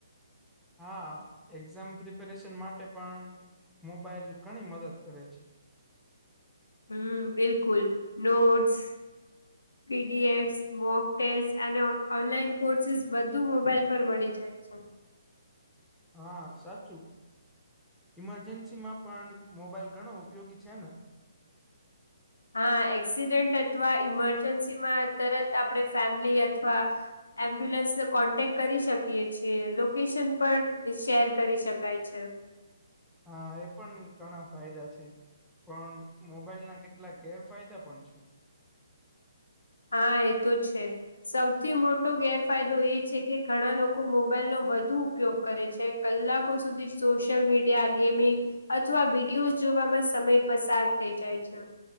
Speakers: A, in the centre; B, on the left (about 70°).
A: હા એક્ઝામ પ્રિપેરેશન માટે પન મોબાઈલ ઘણી મદદ કરે છે.
B: હમ્મ બિલકુલ નોટસ,
A: <inaudible>
B: પીડીએશ મોક ટેસ અને ઓનલાઈન કોરચસ બધુ મોબાઈલ પર મળી જ જાય છે.
A: હા સાચું ઈમરજન્સી માં પણ મોબાઈલ ઘણો ઉપયોગી છે ને,
B: હા એક્સિડન્ટ અથવા ઈમરજન્સી માં તરત આપણે ફેમિલી અથવા, એમ્બ્યુલન્સને કોન્ટેક કરી શકીએ છીએ લોકેશન પણ શેર કરી શકાય છે.
A: હા એ પન ઘણા ફાયદા છે. પન મોબાઈલ ના કેટલાક ગેરફાયદા પણ છે.
B: હા એ તો છે. સૌથી મોટો ગેરફાયદો એ છે કે ઘણા લોકો મોબાઈલ નો વધુ ઉપયોગ કરે છે, કલાકો સુધી સોશલ મીડિયા ગેમિંગ, અથવા વિડિયો જોવામાં સમય પસાર થઈ જાય છે.